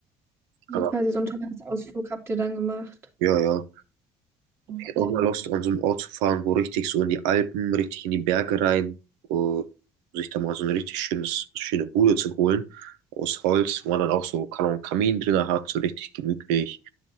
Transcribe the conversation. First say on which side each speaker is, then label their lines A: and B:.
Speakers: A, on the right; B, on the right.
A: Also
B: Aber
A: quasi so einen Tagesausflug habt ihr dann gemacht.
B: ja, ja,
A: Okay.
B: Ich hätte auch mal Lust, an so einen Ort zu fahren, wo richtig so in die Alpen, richtig in die Berge rein, wo sich da mal so ein richtig schönes, schöne Bude zu holen aus Holz, wo man dann auch so kann einen Kamin drin hat, so richtig gemütlich.